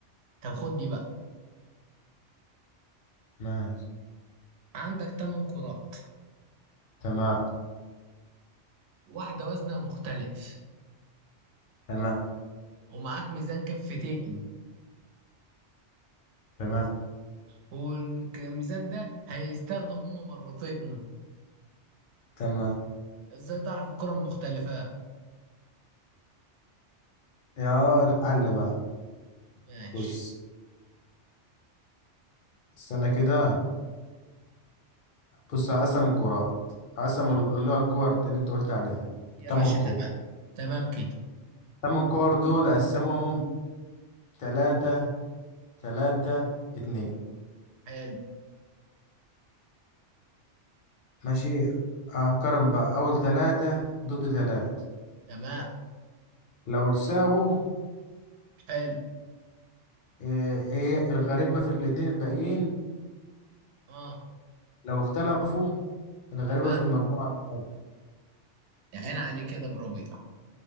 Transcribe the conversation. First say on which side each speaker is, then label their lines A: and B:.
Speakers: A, on the right; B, on the left.
A: طب خد دي بقى
B: ماشي
A: عندك تمن كرات
B: تمام
A: واحدة وزنها مختلف
B: تمام
A: ومعاك ميزان كفتين
B: تمام
A: والميزان ده هيستخدم هما مرتين
B: تمام
A: ازاي تعرف الكرة المختلفة
B: يا الحل بقى
A: ماشي
B: بص استنى كده بص هقسم الكرات هقسم ال- اللي هو الكور دي اللي أنت قلت عليها
A: يا
B: تمن
A: باشا
B: كور
A: تمام تمام كده
B: تمن كور دول أقسمهم تلاتة تلاتة اتنين
A: حلو
B: ماشي أقارن بقى أول تلاتة ضد تلاتة
A: تمام
B: لو تساووا
A: حلو
B: آه، هي الغريبة في الاتنين الباقيين
A: اه
B: لو اختلفوا الغريبة
A: تمام
B: في المجموعة الأقل
A: عين عليه كده بربيع